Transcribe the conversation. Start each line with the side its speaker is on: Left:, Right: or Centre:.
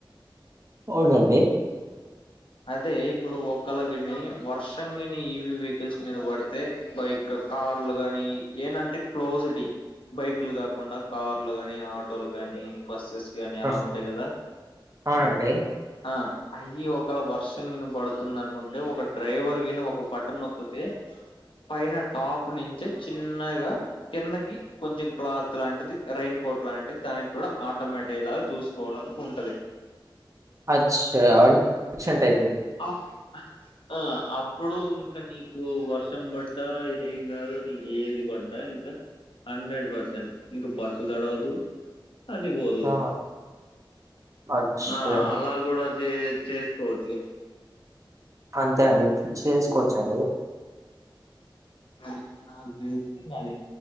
Right: అవునండి
Left: అదే ఇప్పుడు ఒకళకిని వర్షం గాని ఈవి వెహికల్స్ మీద పడితే బైక్ కార్లు గాని ఏనంటే క్లోజ్ డి బైక్లు గాకుండా కార్లు గాని ఆటోలు కానీ బస్సెస్ కానీ ఎలా
Right: ఆహ్,
Left: ఉంటాయి గదా
Right: అవునండి.
Left: ఆ అయి ఒకవేళ వర్షం గిన పడుతుంది అనుకుంటే ఒక డ్రైవర్ గిని ఒక బటన్ నొక్కితే పైన టాప్ నుంచి చిన్నగా కిందకి కొంచెం క్లాత్ లాంటిది రైయిన్ కోట్ లాంటిది దానికి కూడా ఆటోమేటి లాగా చూసుకోవడానికి ఉంటది
Right: అచ్చా కుషన్ టైపు
Left: ఆ ఆ ఆ అప్పుడు ఇంకా నీకు వర్షం బడ్డా ఏం గాదు నీకు ఏది బడ్డా ఇంకా హండ్రెడ్ పర్సెంట్ నీకు బస్సు తడవదు అదిబోదు
Right: ఆ! అచ్చా!
Left: ఆ అలా గూడా చేసుకోవచ్చు గదా
Right: అంతే అండి చేసుకోవచ్చండి
Left: అది నాకు దెలిసి ఇంగ అది